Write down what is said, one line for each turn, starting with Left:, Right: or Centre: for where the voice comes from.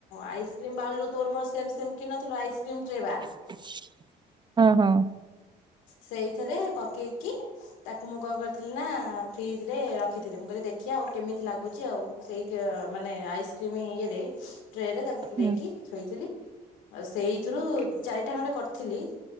Left: ଆଇସ୍କ୍ରିମ୍ ବାଉଲ୍ ରୁ ତୋର ମୋର ସେମ୍ ସେମ୍ କିଣି ନଥିଲୁ ଆଇସ୍କ୍ରିମ୍ ଟ୍ରେ ବା।
Right: ହଁ- ହଁ।
Left: ସେଇଥେରେ ପକେଇକି ତାକୁ ମୁଁ କଣ କରିଥିଲି ନା ଫ୍ରିଜ୍ ରେ ରଖିଥିଲି ମୁଁ କହିଲି ଦେଖିବା ଆଉ କେମିତି ଲାଗୁଚି ଆଉ। ସେଇ କିଅ- ମାନେ ଆଇସ୍କ୍ରିମ୍ ଇଏରେ ଟ୍ରେରେ ତାକୁ ପୁରେଇକି
Right: ହୁଁ
Left: ଥୋଇଥିଲି। ଆଉ ସେଇଥିରୁ ଚାରିଟା ଖଣ୍ଡେ କରିଥିଲି